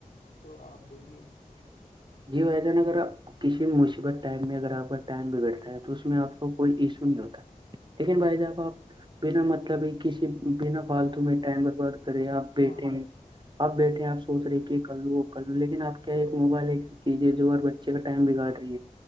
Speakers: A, on the left; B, on the right.
A: تو آپ بولیے
B: جی بھائی جان اگر اپ کسی مصیبت ٹائم میں اگر آپ کا ٹائم بگڑتا ہے تو اس میں آپ کو کوئی ایشو نہیں ہوتا لیکن بھائی جاب آپ بنا مطلب ہی کسی بنا فالتو میں ٹائم بربد رہے آپ بیٹھے
A: ہاں بھائی
B: ہیں اپ بیٹھے ہیں آپ سوچ رہے کہ کر لو وہ کر لوں لیکن آپ کیا ایک موبائل ایک چیز ہے جو ہر بچے کا ٹائم بگاڑ رہی ہے